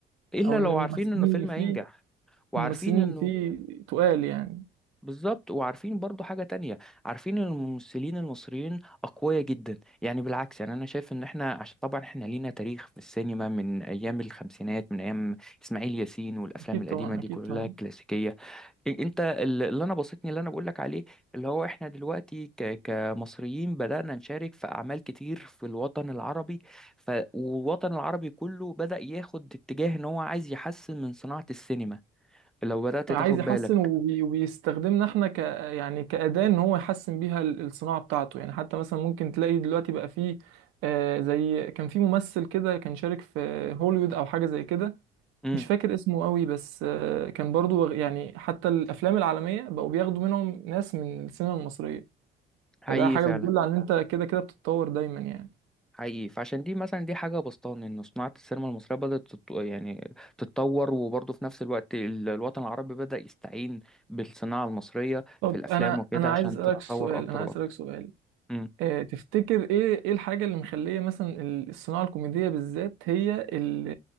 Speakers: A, in the centre; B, on the right (about 80°).
A: الا
B: او ان
A: لو
B: الممثلين
A: عارفين انه فيلم
B: اللي فيه
A: هينجح وعارفين
B: الممثلين
A: انه
B: اللي فيه تقال يعني
A: بالظبط وعارفين برضو حاجة تانية عارفين ان الممثلين المصريين أقوياء جدا يعني بالعكس يعني أنا شايف ان احنا عشان طبعا احنا لينا تاريخ في السينما من أيام الخمسينات من أيام إسماعيل ياسين والأفلام
B: اكيد
A: القديمة
B: طبعا
A: دي
B: اكيد
A: كلها
B: طبعا
A: كلاسيكية إ- أنت ال- اللي أنا بسطني اللي أنا بقولك عليه اللي هو احنا دلوقتي ك- كمصريين بدأنا نشارك في أعمال كتير في الوطن العربي ف... والوطن العربي كله بدأ ياخد اتجاه ان هو عايز يحسن من صناعة السينما لو بدأت
B: عايز
A: تاخد
B: يحسن
A: بالك
B: وبي- وبيستخدمنا احنا ك يعني كأداة ان هو يحسن بيها ال- الصناعة بتاعته يعني حتى مثلا ممكن تلاقي دلوقتي بقى فيه آه، زي كان في ممثل كده كان شارك في هوليوود او حاجة زي كده
A: امم
B: مش فاكر اسمه قوي بس آه، كان برضو واخ- يعني حتى الافلام العالمية بقوا بياخدوا منهم ناس من السينما المصرية
A: حقيقي
B: فده حاجة
A: فعلا
B: بتدل على ان انت كده كده بتتطور دايما يعني
A: حقيقي فعشان دي مثلا دي حاجة بسطان إن صناعة السينما المصرية بدأت تت... يعني تتطور وبرضه في نفس الوقت ال- الوطن العربي بدأ يستعين بالصناعة المصرية
B: طب
A: في الأفلام
B: انا
A: وكده
B: انا
A: عشان
B: عايز اسالك
A: تتطور
B: سؤال
A: أكتر
B: انا عايز
A: وأكتر
B: اسالك سؤال
A: مم.
B: آه، تفتكر ايه ايه الحاجة اللي مخلية مثلا ال- الصناعة الكوميدية بالذات هي ال-